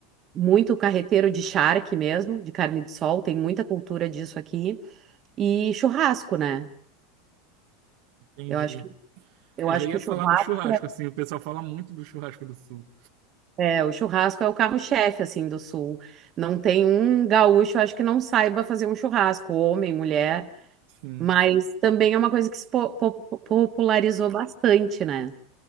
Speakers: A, on the right; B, on the right.
A: muito carreteiro de charque mesmo, de carne de sol, tem muita cultura disso aqui. E churrasco, né?
B: entendi.
A: Eu acho que, eu
B: Eu
A: acho
B: já ia
A: que o
B: falar
A: churrasco
B: do churrasco, assim, o pessoal fala muito do churrasco do sul.
A: é, é, o churrasco é o carro-chefe, assim, do sul. Não tem um gaúcho, acho que não saiba fazer um churrasco, homem, mulher,
B: Sim.
A: mas também é uma coisa que se po- po- popularizou bastante, né?